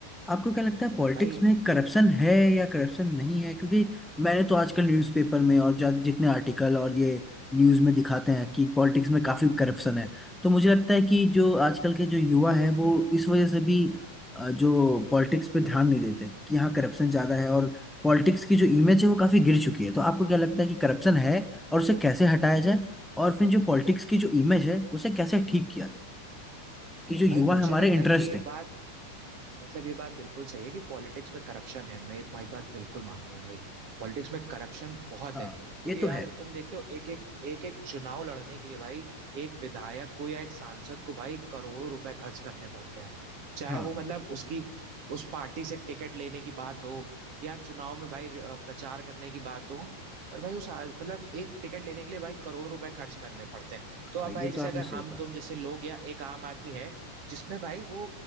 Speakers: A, in the centre; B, on the right.
A: आपको क्या लगता है
B: भाई
A: पॉलिटिक्स में करप्शन है या करप्शन नहीं है क्योंकि मैंने तो आजकल न्यूज़पेपर में और जा- जितने आर्टिकल और ये न्यूज़ में दिखाते हैं कि पॉलिटिक्स में काफी करप्शन है तो मुझे लगता है कि जो आजकल के जो युवा हैं वो इस वजह से भी अ, जो पॉलिटिक्स पे ध्यान नहीं देते कि यहाँ करप्शन ज्यादा है और पॉलिटिक्स की जो इमेज है वो काफी गिर चुकी है तो आपको क्या लगता है कि करप्शन है और उसे कैसे हटाया जाए और फिर जो पॉलिटिक्स की जो इमेज है उसे कैसे ठीक किया जाए कि जो युवा
B: भाई मुझे
A: है हमारे
B: लगता
A: इंटरेस्ट
B: है कि ये
A: है
B: बात मतलब ये बात बिल्कुल सही है कि पॉलिटिक्स में करप्शन है मैं ये तुम्हारी बात बिल्कुल मानता हूँ भाई पॉलिटिक्स में करप्शन बहुत
A: हाँ
B: है क्योंकि
A: ये तो
B: यार
A: है
B: तुम देखते हो एक एक एक एक चुनाव लड़ने के लिए भाई एक विधायक को या एक सांसद को भाई करोड़ों रुपए खर्च करने पड़ते हैं चाहे
A: हाँ
B: वो मतलब उसकी उस पार्टी से टिकट लेने की बात हो या चुनाव में भाई अ, प्रचार करने की बात हो पर भाई उस आ- मतलब एक टिकट लेने के लिए भाई करोड़ों रुपए खर्च करने पड़ते हैं तो
A: हाँ
B: अब
A: ये
B: भाई जैसे
A: तो आपने
B: अगर
A: सही
B: हम
A: कहा
B: तुम जैसे लोग या एक आम आदमी है जिसमें भाई वो